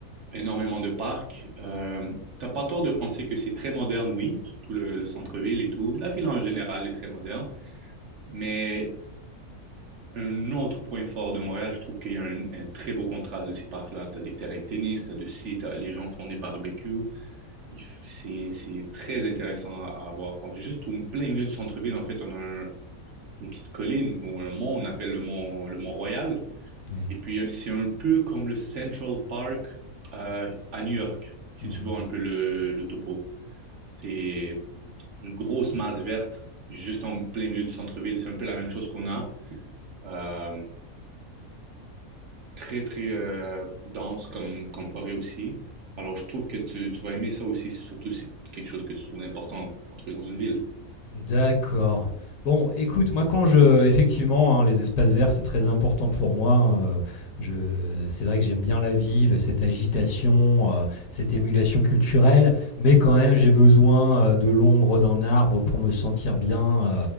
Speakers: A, on the right (about 60°); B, on the left (about 70°).
A: Énormément de parcs. Euh, t'as pas tort de penser que c'est très moderne, oui, surtout le, le centre-ville et tout. La ville en général est très moderne, mais Un autre point fort de Montréal, je trouve qu'il y a un, un très beau contraste de ces parcs-là. Tu as des terrains de tennis, tu as du site, les gens font des barbecues. Il f- C'est, c'est très intéressant à, à voir. On est juste au plein milieu du centre-ville, en fait, on a un- une petite colline ou un mont, on appelle le mont, le mont Royal.
B: Oui.
A: Et puis, euh, c'est un peu comme le Central Park euh, à New York, si
B: Mhm.
A: tu vois un peu le, le topo. C'est une grosse masse verte juste en plein milieu du centre-ville. C'est un peu la même chose qu'on a. Euh, très, très euh, dense comme, comme forêt aussi. Alors, je trouve que tu, tu vas aimer ça aussi, surtout si c'est quelque chose que tu trouves important, en trouver dans une ville.
B: D'accord. Bon, écoute, moi quand je effectivement, hein, les espaces verts, c'est très important pour moi, heu, je c'est vrai que j'aime bien la ville, cette agitation, heu, cette émulation culturelle, mais quand même j'ai besoin, heu, de l'ombre d'un arbre pour me sentir bien,